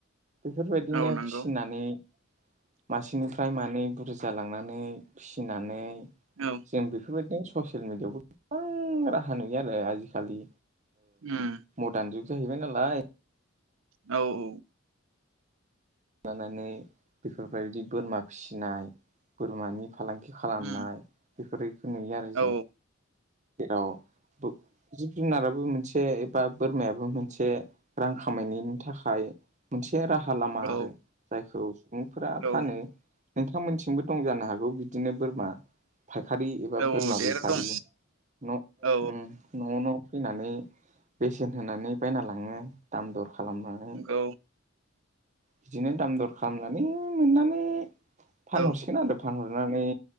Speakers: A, on the right (about 35°); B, on the right (about 70°).
A: बेफोरबायदिनो
B: औ नंगौ
A: फिसिनानै। मासेनिफ्राय मानै बुरज जालांनानै फिसिनानै
B: औ
A: जों बेफोरबायदिनो ससियेल मिेडियायावबो गोबां राहा नुयो आरो आजिखालि
B: उम
A: मदार्न जुग जाहैबाय नालाय।
B: औ
A: लानानै बेफोरबायदि बोरमा फिसिनाय बोरमानि फालांगि खालामनाय
B: उम
A: बेफोरखौ नुयो आरो
B: औ
A: जों जेराव जिब जुनाराबो मोनसे एबा बोरमायाबो मोनसे रां खामायनायनि थाखाय मोनसे राहा लामा
B: औ
A: आरो। जायखौ सुबुंफोरा फानो
B: औ
A: नोंथांमोनथिंबो दं जानो हागौ बिदिनो बोरमा फायखारि एबा
B: औ
A: बोरमा
B: औ देर
A: बेफारि
B: दं
A: न'
B: औ
A: उम न' न' फैनानै बेसेन होनानै बायना लाङो दाम दर खालामनानै।
B: औ
A: बिदिनो दाम दर खालामनानै मोननानै फानहरसिगोन
B: औ
A: आरो फानहरनानै।